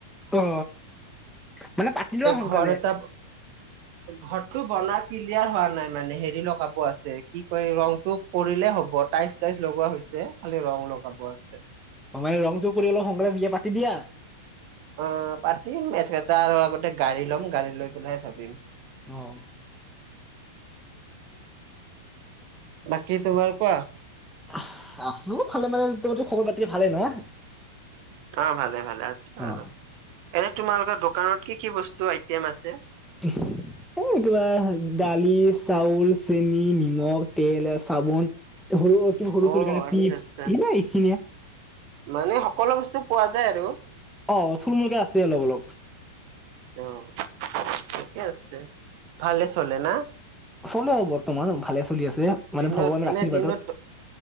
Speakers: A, in the centre; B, on the right.
A: অ' মানে পাতিলোৱা সোনকালে।
B: ঘৰ এটা ঘৰটো বনাই ক্লিয়াৰ হোৱা নাই মানে, হেৰি লগাব আছে কি কয় ৰংটো- কৰিলে হব, টাইচ টাইচ লগোৱা হৈছে খালি ৰং লগাব আছে।
A: অঁ মানে ৰং টো কৰি অলপ সোনকালে বিয়া পাতি দিয়া।
B: অঁ পাতিম এহে তাৰ আগতে গাড়ী ল'ম গাড়ী লৈ পেলাইহে পাতিম।
A: অঁ।
B: বাকী তোমাৰ কোৱা?
A: এঁহ' আছো ভালে মানে, তোৰতো খবৰ পাতি ভালেই নহ?
B: অঁ ভালে ভালে আছো আৰু,
A: অ
B: এনে তোমালোকৰ দোকানত কি কি বস্তু আইটেম আছে?
A: <unintelligible> এ কিবা দালি, চাউল, চেনি, নিমখ, তেল এ চাবোন- পিছে সৰু কি সৰু ছোৱালীৰ
B: অ
A: কাৰণে
B: আচ্ছা
A: চিপছ,
B: আচ্ছা
A: এইখিনিয়ে।
B: মানে সকলো বস্তু পোৱা যায় আৰু।
A: অঁ থুল মুলকে আছে অলপ অলপ।
B: অঁ ঠিকে আছে, ভালে চলে না?
A: চলে আও বৰ্তমান ভালে চলি আছে, মানে
B: দিনত
A: ভগৱানৰ
B: এনে
A: আশীৰ্বাদত।
B: দিনত